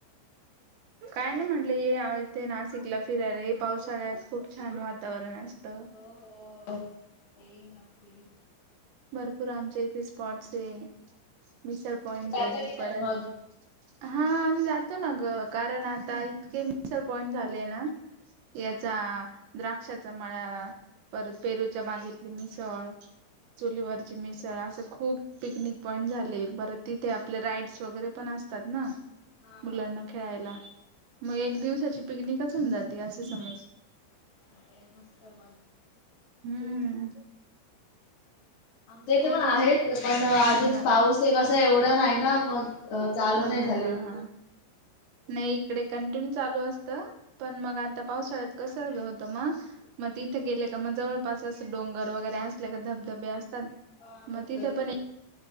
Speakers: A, on the right; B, on the left.
A: <inaudible> काय नाही म्हंटलं ये इथे नाशिकला फिरायला पावसाळ्यात खूप छान वातावरण असतं.
B: हो हो येईल नक्की,
A: भरपूर आमच्या इथे स्पॉट्स आहे मिसळ पॉइंट
B: तुम्ही जाता
A: आहे
B: की नाही
A: परत
B: मग?
A: हा आम्ही जातो ना ग कारण आता इतके मि्सर पॉइंट झाले ना,
B: हा.
A: याचा द्राक्षाचा मळा परत पेरूच्या बागी, मिसळ चुलीवरची मिसळ असं खूप पिकनिक पॉईंट झाले पररं तिथे आपले राइड्स वगैरे पण अस ात ना
B: हा
A: मुलांना खेळायला मग
B: अच्छा.
A: एक दिवसाची पिकनिकच होऊन जाते असे समज,
B: हा मस्त मग
A: हम्म
B: आमच्या इथे
A: खूपच
B: पण आहेत पण अजून
A: हा हा
B: पाऊस कसं एवढं नाही ना मग चालू
A: हा
B: नाही
A: हा
B: झाले.
A: हा हा नाही इकडे कंटिन्यू चालू असतं पण मग आता पावसाळ्यात कसं होतं मग मग तिथे गेले का मग जवळपास असं डोंगर वगैरे असले का धबधबे असतात.
B: हा धबधबे
A: मती तर
B: ते.
A: पण